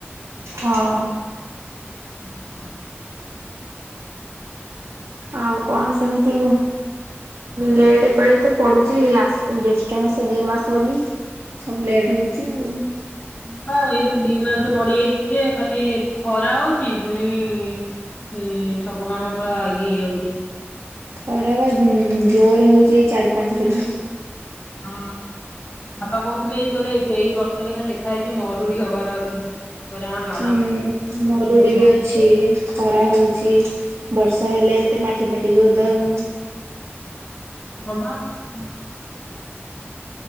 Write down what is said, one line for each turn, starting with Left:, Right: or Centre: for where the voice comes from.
Right: ହଁ
Left: ହୁଁ ହୁଁ। <inaudible>
Right: ଆଉ କଣ ସେମିତି ଲେଟ୍ ଏ ପାଳି ତ ପଡୁଛି ଏ ଆସ୍ ଜ୍ୟୋଷ୍ଠ ମାସ ଦି ମାସ ବୋଲି। ସବୁ ଲେଟ୍ ହଉଛି ଆଉ
Left: ହୁଁ ବା ଏଇ ଯୋଉ ଦି ମାସ ବଢ଼ିଯାଇଛି ଯେ ଖାଲି ଖରା ହଉଛି ଫୁଣି ହୁଁ ସବୁ କାମ ପୁରା ଇଏ ହେଇଯାଉଛି
Right: ଖରା ବା ଉଁ ଉଁ ଜୋରରେ ହଉଛି ଏଇ ଚାରି ପାଞ୍ଚ ଦିନ ହେବ।
Left: ହଁ, ବାପା କହୁଥିଲେ, ଏଇ ଗଲେ ଏଇ ଏପ ବର୍ଷରେ ଖାଲି ଲେଖା ହେଇଛି ମରୁଡି ହବାର ଅଛି। କଇଲେ ହଁ ଯା
Right: ହୁଁ ମରୁଡ଼ି ବି ଅଛି ଖରା ହେଉଛି, ବର୍ଷା ହେଲେ ଏତେ ମାଟି ଫାଟି ବି ଓଦା ହେଉନି।
Left: <unintelligible>